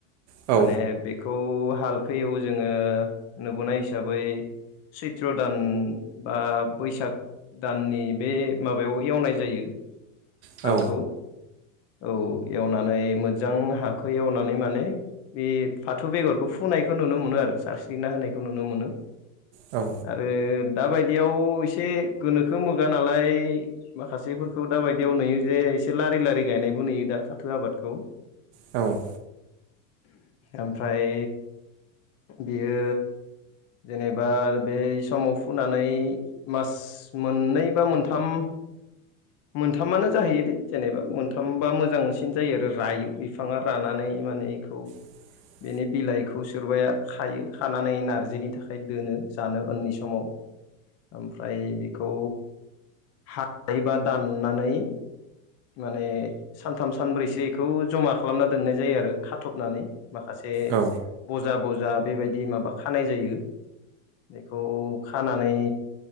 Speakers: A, on the right; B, on the left.
A: औ
B: माने बेखौ हालखो एवो जोंङो नुबोनाय हिसाबै सैत्र दान बा बैसाग दाननि बे माबायाव एवनाय जायो
A: औ
B: हालखौ औ एवनानै मोजां हाखौ एवनानै माने बे फाथो बेगरखौ फुनायखौ नुनो मोनो आरो सारस्रिना होनायखौ नुनो मोनो
A: औ
B: आरो दाबायदियाव एसे गोनोखो मोगा नालाय माखासेफोरखौ दाबायदियाव नुयो जे एसे लारि लारि गायनायबो नुयो दा फाथो आबादखौ
A: औ
B: ओमफ्राय बेयो जेनेबा बे समाव फुनानै मास स मोननै बा मोनथाम मोनथामानो जाहैयो दे जेनेबा मोनथामबा मोजांसिन जायो आरो रायो बिफाङा रानानै माने इखौ
A: <inaudible>
B: बेनि बिलाइखौ सोरबाया खायो खानानै नारजिनि थाखाय दोनो जानो उननि समाव ओमफ्राय बेखौ हानायबा दाननानै माने सानथाम सानब्रैसो इखौ जमा खालामना दोननाय जायो आरो खाथबनानै माखासे ए
A: औ
B: बजा बजा बेबायदि माबा खानाय जायो बेखौ खानानै